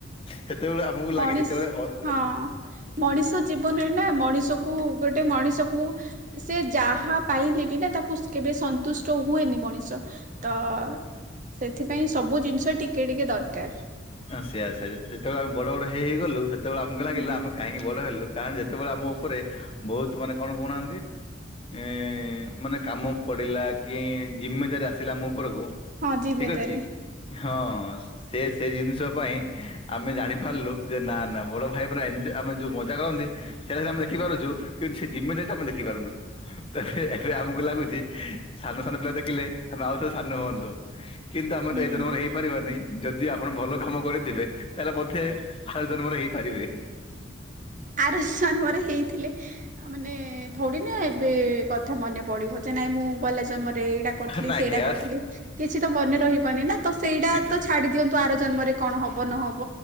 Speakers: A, on the left (about 30°); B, on the right (about 40°).
A: ସେତେବେଳେ ଆମକୁ
B: ମଣିଷ
A: ଲାଗେ ଯେତେବେଳେ ଅର୍
B: ହଁ
A: ଅ
B: ମଣିଷ ଜୀବନରେ ନା ମଣିଷକୁ ଗୋଟେ ମଣିଷକୁ ସେ ଯାହା ପାଇଲି ବିନା ତାକୁ କେବେ ସନ୍ତୁଷ୍ଟ ହୁଏନି ମଣିଷ। ତ ସେଥିପାଇଁ ସବୁ ଜିନିଷ ଟିକେ ଟିକେ ଦରକାର।
A: ଅଁ, ସେଆ ସେଆ ଯେତେବେଳେ ଆମେ ବଡ ବଡ ହେଇ ହେଇ ଗଲୁ ସେତେବେଳେ ଆମକୁ ଲାଗିଲା
B: ହୁଁ
A: ଆମେ କାହିଁକି ବଡ ହେଲୁ। କାରଣ ଯେତେବେଳେ ଆମ ଉପରେ ବହୁତ ମାନେ କଣ କହୁନାହାନ୍ତି? ଏ ମାନେ କାମ ପଡିଲା କି ଜିମିଦାରି ଆସିଲା ମୁଁ ଉପରକୁ
B: ହଁ ଜିମେଦାରି
A: ଠିକ ଅଛି ହଁ ହଁ ସେ ସେ ଜିନିଷ ପାଇଁ ଆମେ ଜାଣିପାରିଲୁ ଯେ ନା ନା ବଡ ଭାଇ ମାନେ ଏନଜ ଆମେ ଯୋଉ ମଜା କରନ୍ତି ସେଇଟା ସିନା ଆମେ ଲେଖିପାରୁଛୁ। କିନ୍ତୁ ସେ ଜିମିଦାରି ଟା ଆମେ ଦେଖିପାରୁନୁ। ତ ଏବେ ଏବେ ଆମକୁ ଲାଗୁଚି ସାନ ସାନ ପିଲା ଦେଖିଲେ ଆମେ ଆଉଥରେ ସାନ ହୁଅନ୍ତୁ। କିନ୍ତୁ ଆମେ
B: ହୁଁ।
A: ତ ଏ ଜନମର ହେଇପାରିବାନି। ଯଦି ଆ ଆପଣ ଭଲ କାମ କରିଥିବେ ତାହେଲେ ବୋଧେ ଆରଜନମର ହେଇପାରିବେ।
B: ଆରସନମରେ ହେଇଥିଲେ ଆ, ମାନେ ଥଡି ନା ଏବେ କଥା ମନେ ପଡିବ ଯେ। ନାଇଁ ମୁଁ ଗଲା ଜନ୍ମରେ ଏଇଟା କରିଥିଲି,
A: ନାଇଁ
B: ସେଇଟା
A: ହେୟା
B: କରିଥିଲି। କିଛି ତ ମନେ ରହିବନି ନା ତ ସେଇଟା
A: କିଛି
B: ତ ଛାଡି ଦିଅନ୍ତ ତୁ ଆର ଜନ୍ମରେ କଣ ହବ ନ ହବ।